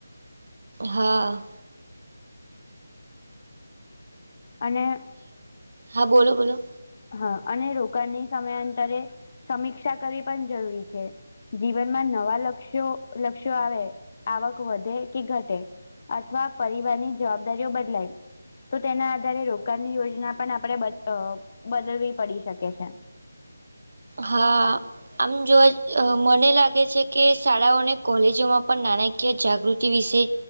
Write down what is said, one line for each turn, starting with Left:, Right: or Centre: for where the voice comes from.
Right: હા
Left: અને
Right: હા બોલો બોલો
Left: હા અને રોકાણની સમયાંતરે સમીક્ષા કરવી પણ જરૂરી છે જીવનમાં નવા લક્ષ્યો લક્ષ્યો આવે આવક વધે કે ઘટે. અથવા પરિવારની જવાબદારીઓ બદલાય તો તેના અ્યારે રોકાણની યોજના પણ આપડણે બદલવી પડી શકે છે.
Right: હા. આમ જોવા મને લાગે છે કે શાળાઓ અને કોલેજોમાં પણ નાણાંકી. મુ જાગૃતિ વિશે